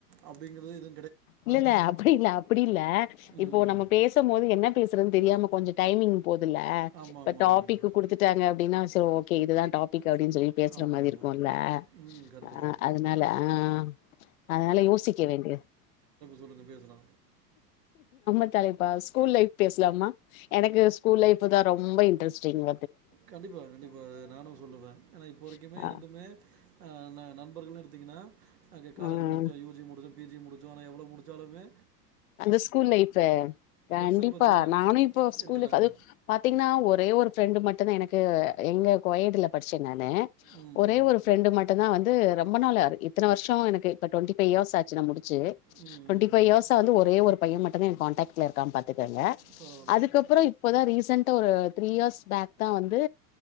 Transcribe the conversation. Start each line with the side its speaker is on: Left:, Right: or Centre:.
Right: அப்டிங்கிறது இது
Left: இல்லல்ல அப்டி இல்ல அப்டி இல்ல
Right: ம்
Left: இப்போ நம்ம பேசம் போது என்ன பேசுறது தெரியாம கொஞ்ச டைமிங் போதுல்ல
Right: ஆமாம் ஆமாம்
Left: டாபிக்
Right: ஆமாம் ஆமாம்
Left: குடுத்துட்டாங்க அப்டின்னா ஓகே இதுதா டாபிக் து அப்டின் சொல்லி பேசுற
Right: ஆமாம்
Left: மாரி
Right: ஆமாம்
Left: இருக்குல்ல
Right: ஆமாம் ம் கரெக்டு
Left: ஆ
Right: கரெக்டு
Left: அதனால ஆ அதனால யோசிக்க வேண்டியிருக்
Right: சொல்லுங்க பேசலா
Left: த்தலைப் ப ஸ்கூல் லைஃப் பேஸ்லாமா எனக்கு ஸ்கூல் லைஃப் தா ரொம்ப இன்ட்ரெஸ்ட் சயிங்க
Right: கண்டிப்பா கண்டிப்பா நானு சொல்லுவே ஏன்னா இப்போ வரைக்குமே
Left: ஆ ஆ
Right: எனக்குமே அ நா புனுஎடுத்தீங்கன்னா எனக்கு காலேஜ்
Left: ம்
Right: முடிச்சொ யூ ஜி முடிச்சு பி ஜி முடிச் ஆனா எவ்ள முடிச்சாலுமே
Left: அந்த ஸ்கூல் லைஃபு கண்டிப்பா
Right: தான் இப்போ இருக்கு
Left: நானு இப்ப ஸ்கூல
Right: இருக்கிறாங்க
Left: அது பாத்தீங்கன்னா ஒரே ஒரு ஃரெண்டு மட்டுந்தா எனக்கு எங்க கோயட்டு படிச்ச நானு
Right: ம்
Left: ஒரே
Right: ம்.
Left: ஒரு ஃப்ரண்டு மட்டுமந்தா வந்து ந்து ரொம்ப நாளவது இத்தனை வருஷ எனக்கு டொன்டிஃபைய் யேர்ஸ் ஆச்சுமுடி சு
Right: ம்
Left: டொன்டி
Right: ம்,
Left: ஃபைவ்
Right: ம்.
Left: எர்ஸ் ஒரே ஒரு பைய மட்டு தா எ கண்டக்ட் இருக்கா பாத் ருத்துங்க
Right: பரவாயில்ல
Left: அதுக்கப்புற இப்பதா recent two three years back தா வந்து